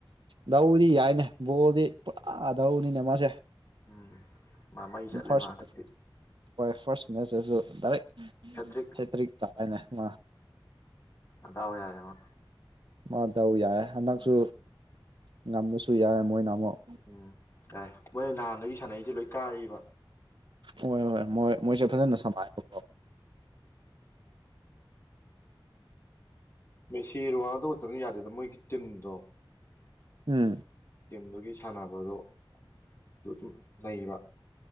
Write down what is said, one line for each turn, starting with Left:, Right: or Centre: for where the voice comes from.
Right: ꯂꯧꯧꯗꯤ ꯌꯥꯏꯅꯦ ꯕꯣꯔꯗꯤ ꯄꯨꯔꯥꯗꯧꯅꯤꯅꯦ ꯃꯥꯁꯦ
Left: ꯎꯝ ꯃꯥ ꯃꯩ ꯆꯠꯂꯦ
Right: ꯐꯥꯔꯁ
Left: ꯃꯥ ꯍꯟꯗꯛꯇꯤ
Right: ꯍꯣꯏ ꯐꯥꯔꯁ ꯃꯦꯁꯦꯁꯨ ꯗꯥꯏꯔꯦꯛ
Left: ꯍꯦꯇ꯭ꯔꯤꯛ
Right: ꯍꯦfꯇ꯭ꯔꯤꯛ ꯆꯥꯛꯅꯦ ꯃꯥ
Left: ꯑꯗꯥꯕ ꯌꯥꯔꯦꯃ
Right: ꯃ ꯇꯧ ꯌꯥꯏ ꯍꯟꯗꯛꯁꯨ ꯉꯝꯕꯁꯨ ꯌꯥꯏ ꯃꯣꯏꯅ ꯑꯃꯨꯛ
Left: ꯎꯝ ꯌꯥꯏ ꯃꯣꯏ ꯅꯍꯥꯟꯗꯒꯤ ꯁꯥꯟꯅꯩꯁꯦ ꯂꯣꯏ ꯀꯥꯔꯤꯕ
Right: ꯍꯣꯏ ꯍꯣꯏ ꯃꯣꯏ ꯃꯣꯏꯁꯦ ꯐꯖꯅ ꯁꯝꯅꯥꯏꯕꯀꯣ
Left: ꯃ ꯁꯤꯔꯨ ꯋꯥꯗ ꯈꯛꯇꯅ ꯌꯥꯗꯦꯗ ꯃꯣꯏꯒꯤ ꯇꯤꯝꯗꯣ
Right: ꯎꯝ
Left: ꯇꯤꯝꯗꯨꯒꯤ ꯁꯥꯟꯅꯕꯗꯨꯣ ꯑꯗꯨ ꯑꯗꯨꯝ ꯂꯩꯕ